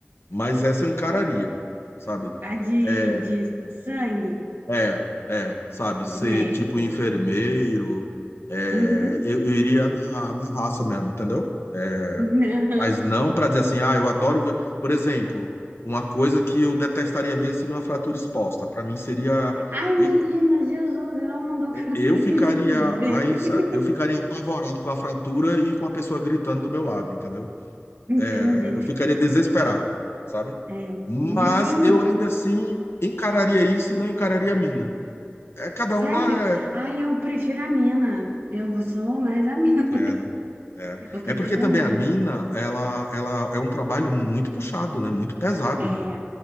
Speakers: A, on the left; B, on the right.
A: Mas essa eu encararia, sabe?
B: A de,
A: É,
B: de sangue,
A: É, é, sabe,
B: de
A: ser
B: médico.
A: tipo enfermeiro, é,
B: Uhum.
A: eu,
B: <laughs>
A: eu iria na, na raça mesmo, entendeu? É,
B: Uhum.
A: mas não para dizer assim, ah, eu adoro ver. Por exemplo, uma coisa que eu detestaria ver seria uma fratura exposta. Para mim seria.
B: Ah, imagina,
A: e-
B: Jesus, eu não dou conta
A: Eu
B: <laughs> nem
A: ficaria.
B: de ver.
A: Ai,
B: <laughs>
A: sa- eu ficaria apavorado com a fratura e com a pessoa gritando do meu lado, entendeu?
B: Entendi.
A: É, Eu ficaria desesperado, sabe?
B: É,
A: Mas
B: imagina,
A: eu ainda assim encararia isso e não encararia a mina. É cada
B: sério.
A: um na.
B: Ah, eu prefiro a mina. Eu sou mais a mina.
A: É, né? É.
B: <laughs> Eu prefiro
A: É porque também
B: a mina.
A: a mina, ela, ela é um trabalho muito puxado, né? Muito pesado,
B: É,
A: né?